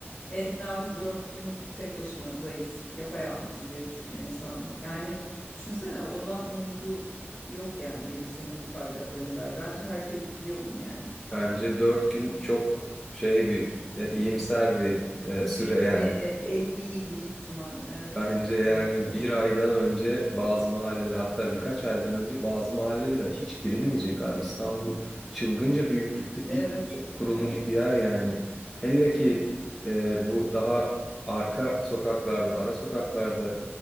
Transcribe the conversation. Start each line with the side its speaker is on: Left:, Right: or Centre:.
Left: en az dört gün tek başımızayız, yapayalnızız diye düşünüyor insanlar. Yani düşünsene ondan umudu yok yani gelip seni kurtaracaklarına dair. Bence herkes biliyor bunu yani.
Centre: Bence dört gün çok şey bir e, iyimser bir e, süre yani.
Left: E, e, en iyi bir ihtimal. Evet,
Centre: Bence yani
Left: evet, evet.
Centre: bir aydan önce bazı mahallelere hatta birkaç aydan önce bazı mahallelere hiç girilmeyecek abi. İstanbul çılgınca büyüklükte
Left: Evet,
Centre: dip kurulmuş
Left: evet.
Centre: bir yer yani. Hele ki e, bu daha arka sokaklarda, ara sokaklarda